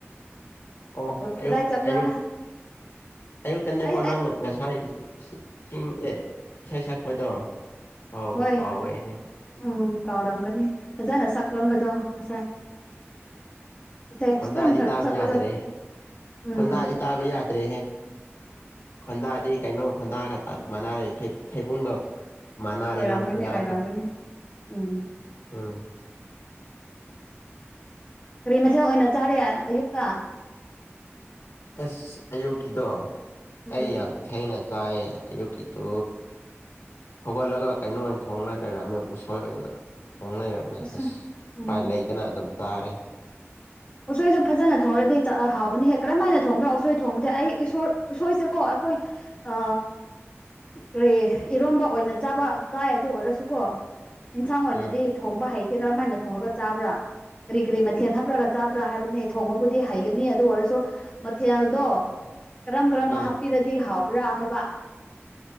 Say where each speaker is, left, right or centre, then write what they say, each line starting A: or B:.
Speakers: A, on the left (about 60°); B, on the left (about 25°).
A: ꯑꯣ ꯑꯌꯨꯛ
B: ꯀꯗꯥꯏ ꯆꯠꯄ꯭ꯔꯥ
A: ꯑꯌꯨꯛ ꯑꯌꯨꯛꯇꯅꯦꯀꯣ
B: ꯑꯩ
A: ꯅꯪ
B: ꯑꯩ
A: ꯉꯁꯥꯏ ꯏꯁꯤꯡ ꯑꯦ ꯏꯁꯩ ꯁꯛꯄꯗꯣ ꯀꯥꯎꯕꯕꯨ
B: ꯍꯣꯏ
A: ꯀꯥꯎꯋꯦꯍꯦ
B: ꯎꯝ ꯀꯥꯎꯔꯝꯒꯅꯤ ꯐꯖꯅ ꯁꯛꯔꯝꯕꯗꯣ ꯉꯁꯥꯏ ꯏꯁꯩ ꯐꯖꯅ
A: ꯍꯟꯗꯗꯤ
B: ꯁꯛ
A: ꯇꯥꯕ
B: ꯁꯛꯄꯗꯣ
A: ꯌꯥꯗ꯭ꯔꯦ
B: ꯎꯝ
A: ꯍꯣꯟꯟꯗꯥꯗꯤ ꯇꯥꯕ ꯌꯥꯗ꯭ꯔꯦ ꯍꯦ ꯍꯟꯗꯥꯗꯤ ꯀꯩꯅꯣ ꯍꯟꯗꯥꯒ ꯃꯥꯟꯅꯔꯦ ꯊꯩꯕꯨꯡꯒ ꯃꯥꯟꯅꯔꯦ
B: ꯑꯣꯏꯔꯝꯒꯅꯤ
A: ꯅꯪ ꯈꯣꯟꯗꯥꯗꯣ
B: ꯑꯣꯏꯔꯝꯒꯅꯤ ꯎꯝ
A: ꯎꯝ
B: ꯀꯔꯤ ꯃꯊꯦꯜ ꯑꯣꯏꯅ ꯆꯥꯒꯦ ꯑꯌꯨꯛꯇ
A: ꯑꯁ ꯑꯌꯨꯛꯀꯤꯗꯣ
B: ꯎꯝ
A: ꯑꯩ ꯌꯥꯝ ꯊꯦꯡꯅ ꯆꯥꯏ ꯑꯌꯨꯛꯀꯤꯗꯣ ꯍꯧꯒꯠꯂꯒ ꯀꯩꯅꯣ ꯑꯣꯏꯅ ꯊꯣꯡꯅꯗꯅ ꯑꯃꯛ ꯎꯁꯣꯏ ꯑꯣꯏꯅ ꯊꯣꯡ ꯂꯩꯔꯝꯃꯦ
B: ꯎꯁꯣꯏ
A: ꯑꯁ
B: ꯎꯝ
A: ꯎꯄꯥꯏ ꯂꯩꯇꯅ ꯑꯗꯨꯝ ꯆꯥꯔꯦ
B: ꯎꯁꯣꯏꯁꯨ ꯐꯖꯅ ꯊꯣꯡꯔꯗꯤ ꯆꯥꯛ ꯍꯥꯎꯕꯅꯤ ꯍꯦꯛ ꯀꯔꯝ ꯍꯥꯏꯅ ꯊꯣꯡꯕ꯭ꯔꯣ ꯎꯁꯣꯏ ꯊꯣꯡꯕꯗꯤ ꯑꯩ ꯎꯁꯣꯏꯁꯦꯀꯣ ꯑꯩꯈꯣꯏ ꯑ ꯀꯔꯤ ꯏꯔꯣꯝꯕ ꯑꯣꯏꯅ ꯆꯥꯕ ꯆꯥꯏ ꯑꯗꯨ ꯑꯣꯏꯔꯁꯨꯀꯣ ꯏꯟꯁꯥꯡ ꯑꯣꯏꯅꯗꯤ
A: ꯎꯝ
B: ꯊꯣꯡꯕ ꯍꯩꯇꯦ ꯀꯔꯝꯍ ꯍꯥꯏꯅ ꯊꯣꯡꯉꯒ ꯆꯥꯕ꯭ꯔꯥ ꯀꯔꯤ ꯀꯔꯤ ꯃꯊꯦꯜ ꯍꯥꯞꯄ꯭ꯔꯒ ꯆꯥꯕ꯭ꯔꯥ ꯍꯥꯏꯕꯅꯦ ꯊꯣꯡꯕꯕꯨꯗꯤ ꯍꯩꯒꯅꯤ ꯑꯗꯨ ꯑꯣꯏꯔꯁꯨ ꯃꯊꯦꯜꯗꯣ ꯀꯔꯝ ꯀꯔꯝꯕ
A: ꯎꯝ
B: ꯍꯥꯞꯄꯤꯔꯗꯤ ꯍꯥꯎꯕ꯭ꯔꯥ ꯍꯥꯏꯕ